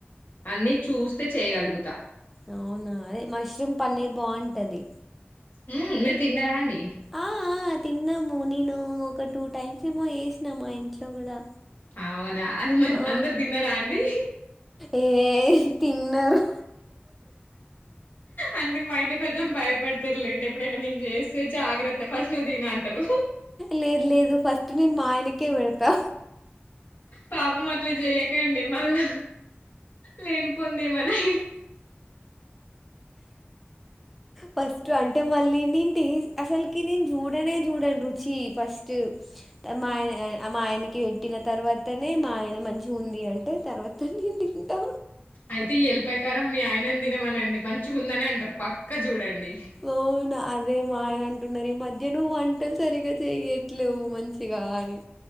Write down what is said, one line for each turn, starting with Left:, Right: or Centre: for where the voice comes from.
Left: అన్నీ చూస్తే చేయగలుగుతా
Centre: అవునా అదే మష్రూమ్ పన్నీర్ బాగుంటది
Left: ఆ మీరు తిన్నారా అండి
Centre: ఆ ఆ తిన్నాము నేను ఒక టూ టైమ్స్ ఏమో చేసినా మా ఇంట్లో కూడా
Left: అవునా అది మరీ
Centre: ఆ
Left: అందరు తిన్నారా అండి
Centre: ఏ తిన్నారు
Left: అంటే మా ఇంట్లో కొంచెం భయపడ్ తెర్లేండి ఎప్పుడైనా నేను చేస్తే జాగ్రత్త ఫస్ట్ ను అంటారు
Centre: లేదు లేదు ఫస్ట్ నేను మా ఆయనకే పెడుతా
Left: పాపం అట్లే చెయకండి మళ్ళా లేని పొంది ఏమన్నా
Centre: ఫస్ట్ అంటే మళ్ళీ నాన్ టేస్ట్ అసలుకి నేన్ చూడనే చూడను రుచి ఫస్ట్ మా మా ఆయనకి పెట్టిన తర్వాతనే మా ఆయన మంచిగా ఉంది అంటే తర్వాత నేను తింటా
Left: అయితే ఈ ఎలి పాయ కారం మీ ఆయనని తినమనండి మంచిగా ఉందనే అంటారు పక్కా చూడండి
Centre: ఓనా అది అదే మా ఆయన అంటున్నారు ఈ మధ్య నువ్వు వంటలు సరిగ్గా చెయట్లేవు మంచిగా అని